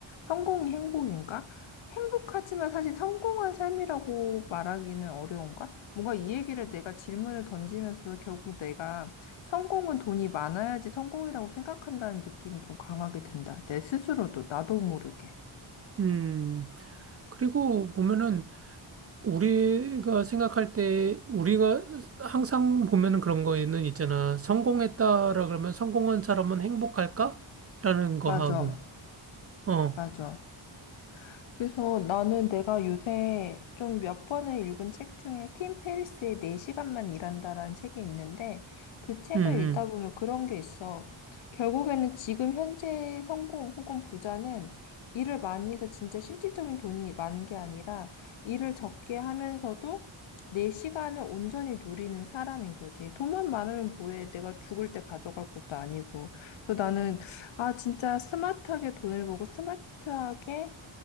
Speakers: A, on the left; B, on the right.
A: 성공이 행복인가? 행복하지만 사실 성공한 삶이라고 말하기는 어려운가? 뭔가 이 얘기를 내가 질문을 던지면서 결국 내가 성공은 돈이 많아야지 성공이라고 생각한다는 느낌이 좀 강하게 든다. 내 스스로도 나도 모르게.
B: 음. 그리고 보면은 우리가 생각할 때 우리가 항상 보면은 그런 거에는 있잖아. 성공했다라 그러면 성공한 사람은 행복할까? 라는 거
A: 맞아.
B: 하고. 어.
A: 맞아. 그래서 나는 내가 요새 좀 몇 번을 읽은 책 중에 팀 페리스의 4시간만 일한다라는 책이 있는데 그 책을
B: 음. 음.
A: 읽다 보면 그런 게 있어. 결국에는 지금 현재의 성공 혹은 부자는 일을 많이 해서 진짜 실질적인 돈이 많은 게 아니라 일을 적게 하면서도 내 시간을 온전히 누리는 사람인 거지. 돈만 많으면 뭐해. 내가 죽을 때 가져갈 것도 아니고. 그래서 나는 아, 진짜 스마트하게 돈을 보고 스마트하게